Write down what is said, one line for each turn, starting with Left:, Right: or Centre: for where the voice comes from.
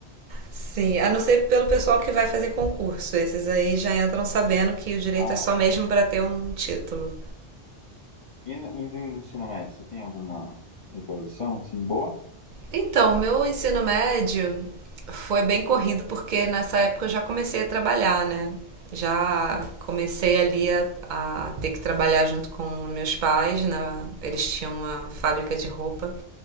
Right: Sim, a não ser pelo pessoal que vai fazer concurso. Esses aí já entram sabendo que o direito
Left: Ah,
Right: é só mesmo
Left: essa-
Right: para ter um título.
Left: e, no- e do ensino médio, você tem alguma recordação, assim, boa?
Right: Então, meu ensino médio foi bem corrido porque nessa época eu já comecei a trabalhar, né? Já
Left: Sim.
Right: comecei ali a, a ter que trabalhar junto com meus pais, na, eles tinham uma fábrica de roupa.